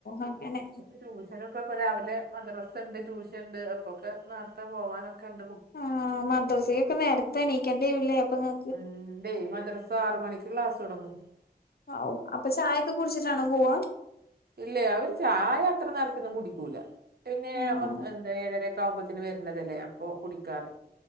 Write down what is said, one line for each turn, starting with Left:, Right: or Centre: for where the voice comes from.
Left: അങ്ങനെ
Right: ട്യൂഷനൊക്കെ ഇപ്പൊ രാവിലെ മദ്രസ ഇണ്ട് ട്യൂഷൻ ഇണ്ട് അപ്പൊക്കെ നേറ്ത്തെ പോവാനൊക്കെ ഇണ്ട്
Left: ആ മദ്രസയൊക്കെ നേരത്തെ എണീക്കേണ്ടി വരൂല്ലേ അപ്പൊ ഇങ്ങ
Right: ഉം ണ്ടേയ് മദ്രസ ആറ് മണിക്ക് ക്ലാസ് തൊടങ്ങും
Left: ഔ അപ്പൊ ചായൊക്കെ കുടിച്ചിട്ടാണോ പോവാ
Right: ഇല്ലേ അവര് ചായ അത്ര നേരത്തൊന്നും കുടിക്കൂല പിന്നെ <unintelligible>
Left: ആ
Right: ഏഴ് ഏഴരെക്ക് ആവുംമ്പത്തിന് വരുന്നതല്ലേ അപ്പൊ കുടിക്കാറി